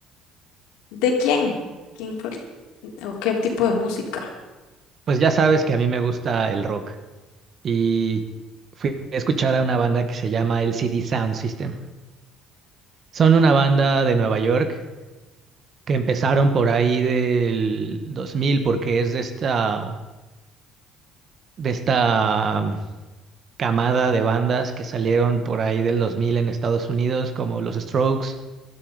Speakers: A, on the left (about 85°); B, on the right (about 45°).
A: ¿De quién? ¿Quién fue? el- ¿O qué tipo de música?
B: Pues ya sabes que a mí me gusta el rock y fui a escuchar a una banda que se llama LCD Sound System. Son una banda de Nueva York que empezaron por ahí del 2000 porque es de esta, de esta mm, camada de bandas que salieron por ahí del 2000 en Estados Unidos como los Strokes